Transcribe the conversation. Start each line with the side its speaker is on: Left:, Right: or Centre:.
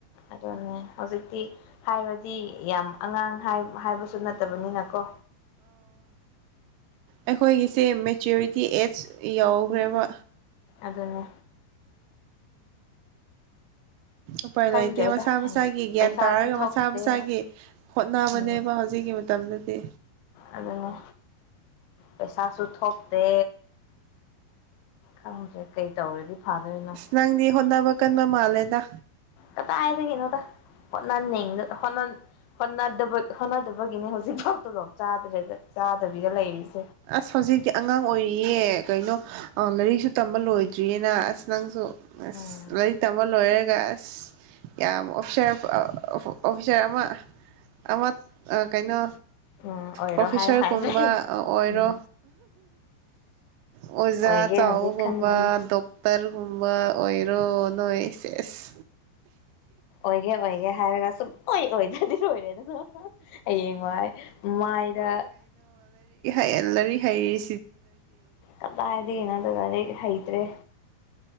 Left: ꯑꯗꯨꯅꯦ ꯍꯧꯖꯤꯛꯇꯤ ꯍꯥꯏꯔꯗꯤ ꯌꯥꯝ ꯑꯉꯥꯡ ꯍꯥꯏ ꯍꯥꯏꯕꯁꯨ ꯅꯠꯇꯕꯅꯤꯅ ꯀꯣ
Right: ꯑꯩꯈꯣꯏꯒꯤꯁꯦ ꯃꯦꯆꯨꯔꯤꯇꯤ ꯑꯦꯖ ꯌꯧꯈ꯭ꯔꯦꯕ
Left: ꯑꯗꯨꯅꯦ
Right: ꯎꯄꯥꯏ
Left: ꯈꯪꯗ꯭ꯔꯦꯗ
Right: ꯂꯩ ꯂꯩꯇꯦ ꯃꯁꯥ
Left: ꯍꯥꯏꯁ
Right: ꯃꯁꯥꯒꯤ ꯒ꯭ꯌꯥꯟ
Left: ꯄꯩꯁꯥꯗꯤ
Right: ꯇꯥꯔꯒ
Left: ꯊꯣꯛꯇꯦ
Right: ꯃꯁꯥ ꯃꯁꯥꯒꯤ ꯍꯣꯠꯅꯕꯅꯦꯕ
Left: ꯎꯝ
Right: ꯍꯧꯖꯤꯛꯀꯤ ꯃꯇꯝꯗꯗꯤ
Left: ꯑꯗꯨꯅꯦ ꯄꯩꯁꯥꯁꯨ ꯊꯣꯛꯇꯦ ꯈꯪꯗ꯭ꯔꯦ ꯀꯩ ꯇꯧꯔꯗꯤ ꯐꯥꯗꯣꯏꯅꯣ
Right: ꯅꯪꯅꯤ ꯍꯣꯗꯕ ꯆ ꯀꯟ ꯃ ꯃꯥꯂꯦꯗ
Left: ꯀꯠꯇ ꯍꯥꯏꯥꯏꯗꯒ ꯅꯣꯗ ꯅꯥꯟꯦ ꯍ ꯍꯣꯠꯅꯗꯕꯒꯤꯅꯦ ꯍꯧꯖꯤꯛꯐꯥꯎꯇꯐꯥꯎ ꯆꯗ ꯆꯥꯗꯕꯤꯗ ꯂꯩꯔꯤꯁꯦ
Right: ꯑꯁ ꯍꯧꯖꯤꯛꯇꯤ ꯑꯉꯥꯡ ꯑꯣꯏꯔꯤꯌꯦ ꯀꯩꯅꯣ ꯑ ꯂꯥꯏꯔꯤꯛꯁꯨ ꯇꯝꯕ ꯂꯣꯏꯗ꯭ꯔꯤꯌꯦꯅ ꯑꯁ ꯅꯪꯁꯨ ꯑꯁ
Left: ꯎꯝ
Right: ꯂꯩꯔꯤꯛ ꯇꯝꯕ ꯂꯣꯏꯔꯦ ꯑꯁ ꯌꯥꯝ ꯑꯣꯐꯤꯁꯥꯔ ꯑꯣꯐꯤꯁꯥꯔ ꯑꯃ ꯑꯃ ꯀꯩꯅꯣ
Left: ꯎꯝ ꯑꯣꯏꯔꯣ
Right: ꯄ꯭ꯔꯣꯐꯦꯁꯔꯒꯨꯝꯕ
Left: ꯍꯥꯏ ꯍꯥꯏꯁꯦ
Right: ꯑꯣꯏꯔꯣ
Left: ꯎꯝ
Right: ꯑꯣꯖꯥ
Left: ꯑꯣꯏꯒꯦꯅꯗꯤ
Right: ꯆꯥꯎꯕꯒꯨꯝꯕ
Left: ꯈꯟꯕꯅꯦ
Right: ꯗꯣꯛꯇꯔꯒꯨꯝꯕ ꯑꯣꯏ ꯑꯣꯏꯔꯣ ꯅꯣꯏ ꯁꯦꯁ
Left: ꯑꯣꯏꯒꯦ ꯑꯣꯏꯒꯦ ꯍꯥꯏꯔꯒ ꯁꯨꯡꯑꯣꯏ ꯑꯣꯏꯗ꯭ꯔꯗꯤ ꯑꯣꯏꯔꯦꯗꯅ ꯍꯌꯦꯡ ꯋꯥꯏ ꯃꯥꯏꯗ
Right: ꯑꯦꯂꯔꯤ ꯍꯩ
Left: ꯀꯗꯥꯏꯗꯒꯤꯅꯣꯗ ꯂꯥꯏꯔꯤꯛ ꯍꯩ ꯇ꯭ꯔꯦ